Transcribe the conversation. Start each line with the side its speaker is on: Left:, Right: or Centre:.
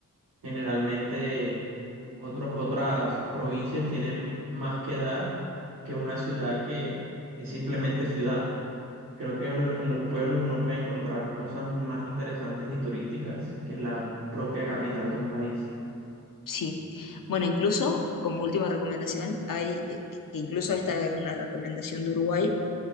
Right: Generalmente otro- otras provincias tienen más que dar que una ciudad que es simplemente ciudad. Creo que en, lo- en los pueblos uno puede encontrar cosas más interesantes y turísticas que en la propia capital de un país.
Left: Sí. Bueno, incluso como última recomendación, hay, eh, que incluso esta es una recomendación de Uruguay,